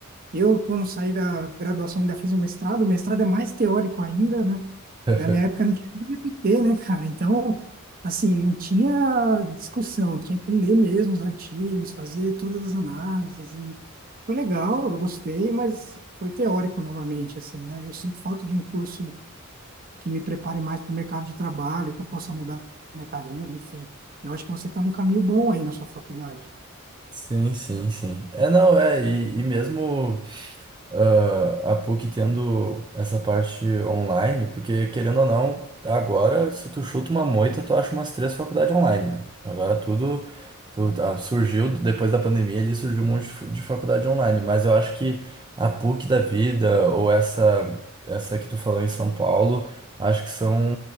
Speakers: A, on the right; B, on the right.
A: Eu, quando saí da graduação, ainda fiz um mestrado. O mestrado é mais teórico ainda, né?
B: <laughs>
A: Na minha época não tinha nem GPT, né, cara? Então, assim, não tinha discussão, tinha que ler mesmo os artigos, fazer todas as análises. E foi legal, eu gostei, mas foi teórico novamente, assim, né? Eu sinto falta de um curso que me prepare mais para o mercado de trabalho, que eu possa mudar minha carreira, enfim. Eu acho que você está num caminho bom aí na sua faculdade.
B: Sim, sim, sim. É, não, é, e, e mesmo. ah, a PUC tendo essa parte online, porque querendo ou não, agora se tu chuta uma moita, tu acha umas três faculdades online, né? Agora tudo tu- ah, surgiu depois da pandemia, ali surgiu um monte de fu- de faculdade online, mas eu acho que a PUC da vida ou essa essa que tu falou em São Paulo, acho que são